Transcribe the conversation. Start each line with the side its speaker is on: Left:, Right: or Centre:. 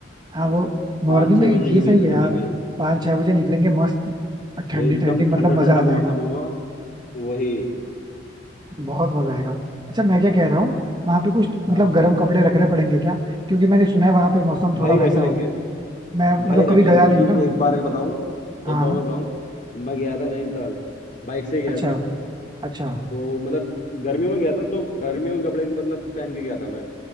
Right: हाँ वो मॉर्निंग
Left: पाँच छः
Right: में ये
Left: बजे के बीच
Right: सही
Left: में
Right: है
Left: चलेंगे
Right: यार पाँच छह बजे निकलेंगे मस्त और ठंडी
Left: एकदम
Right: ठंडी मतलब
Left: ठंडा
Right: मजा
Left: ठंडा
Right: आ जाएगा
Left: मौसम होगा वही
Right: बहुत मजा आएगा अच्छा मैं क्या कह रहा हूँ वहाँ पे कुछ मतलब
Left: हाँ बताओ
Right: गर्म कपड़े रखने पड़ेंगे क्या क्योंकि मैंने सुना है वहाँ पे मौसम
Left: भाई
Right: थोड़ा वैसा
Left: रख लेंगे
Right: होता है मैं
Left: भाई
Right: मतलब
Left: रख
Right: कभी
Left: लेंगे
Right: गया
Left: क्योंकि
Right: नहीं हूँ ना
Left: एक बार का बताऊं
Right: हाँ
Left: एक बार का बताऊं मैं गया था नैनीताल बाइक से ही गया
Right: अच्छा
Left: था
Right: अच्छा
Left: तो मतलब गर्मियों में गया था तो गर्मियों के कपड़े के मतलब पहन के गया था मैं